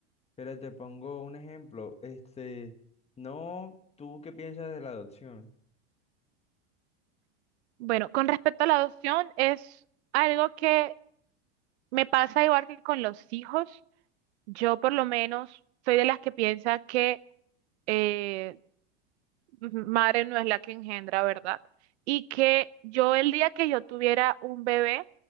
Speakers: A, on the left; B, on the right.
A: pero te pongo un ejemplo. Este, no, ¿tú qué piensas de la adopción?
B: Bueno, con respecto a la adopción, es algo que me pasa igual que con los hijos. Yo por lo menos soy de las que piensa que... eh, madre no es la que engendra, ¿verdad? Y que yo el día que yo tuviera un bebé,